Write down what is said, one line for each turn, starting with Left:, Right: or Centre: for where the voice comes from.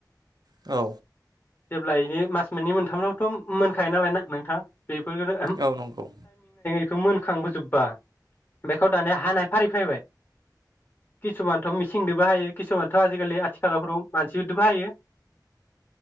Right: औ
Left: जेब्ला इनि मास मोननै मोनथामावथ मोनखायो नालाय ना नोंथां बेफोरफोरो
Right: औ नंगौ
Left: एखौ मोनखांबोजोब्बा बेखौ दानिया हानाय फारि फायबाय किसुमानथ' मिसिंदोबो हायो किसुमानथ' आजिखालि आथिलावफोराव मानसिफोरदोबो हायो